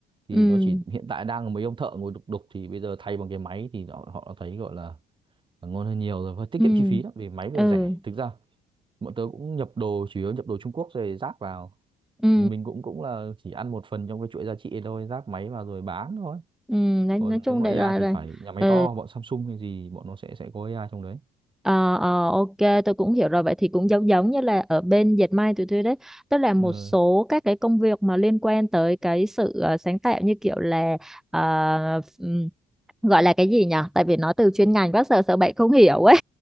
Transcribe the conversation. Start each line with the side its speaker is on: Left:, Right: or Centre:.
Right: thì
Centre: ừ
Right: nó chỉ hiện tại đang là mấy ông thợ ngồi đục đục thì bây giờ thay bằng cái máy thì họ, họ đã thấy gọi là, là ngon hơn nhiều rồi và tiết
Centre: ừ
Right: kiệm chi phí lắm vì máy bây
Centre: ừ
Right: giờ rẻ thực ra bọn tớ cũng nhập đồ chủ yếu nhập đồ Trung Quốc rồi ráp vào
Centre: ừ
Right: thì mình cũng cũng là chỉ ăn một phần trong cái chuỗi giá trị ấy thôi ráp máy vào rồi bán thôi
Centre: ừ nói,
Right: còn
Centre: nói chung
Right: nếu mà
Centre: đại loại
Right: AI thì
Centre: là
Right: phải nhà máy
Centre: ừ
Right: to bọn Samsung hay gì bọn nó sẽ sẽ có AI trong đấy
Centre: ờ ờ ok tôi cũng hiểu rồi vậy thì cũng giống giống như là ở bên dệt may tụi tôi đấy tức là một
Right: ừ.
Centre: số các cái công việc mà liên quan tới cái sự ờ, sáng tạo như kiểu là ờ, ừm, gọi là cái gì nhỉ tại vì nó từ chuyên ngành bác sợ sợ bạn không hiểu ấy